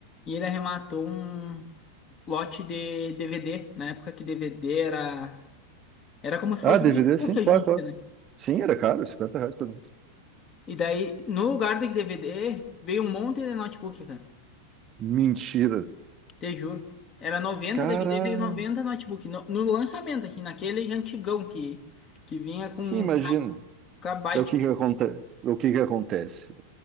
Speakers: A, on the left (about 30°); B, on the right (about 30°).
A: E ele arrematou um lote de DVD, na época que DVD era... Era como se fosse
B: Ah, DVD,
A: um notebook
B: sim,
A: hoje
B: claro,
A: em dia,
B: claro.
A: né?
B: Sim, era caro, Cinquenta reais pra mim.
A: E daí, no lugar dos DVD, veio um monte de notebook, cara.
B: Mentira.
A: Te juro. Era 90
B: Cara,
A: DVD, veio 90 notebook. No, no lançamento, assim, naquele antigão que, que vinha com
B: sim, imagina.
A: KB.
B: Daí o que que acontece? O que que acontece?